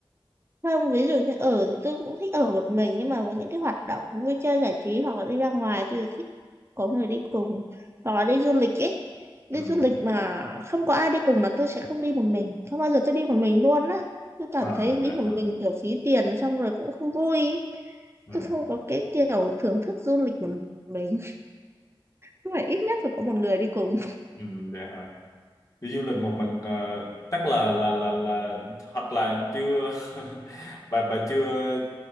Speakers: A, on the right; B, on the left.
A: không ví dụ như ở thì tôi cũng thích ở một mình nhưng mà có những cái hoạt động vui chơi giải trí hoặc là đi ra ngoài tôi thì thích có người đi cùng hoặc là đi du lịch ấy đi
B: ừ
A: du lịch mà không có ai đi cùng là tôi sẽ không đi một mình không bao giờ tôi đi một mình luôn á tôi cảm
B: à,
A: thấy
B: dạ.
A: đi một mình kiểu phí tiền xong rồi cũng không vui ý.
B: ừ
A: tôi không có cái kiểu thưởng thức du lịch một mình nhưng mà ít nhất phải có một người đi cùng
B: ừ dạ hả đi du lịch một mình ờ, chắc là là là là hoặc là chưa <laughs> bà bà chưa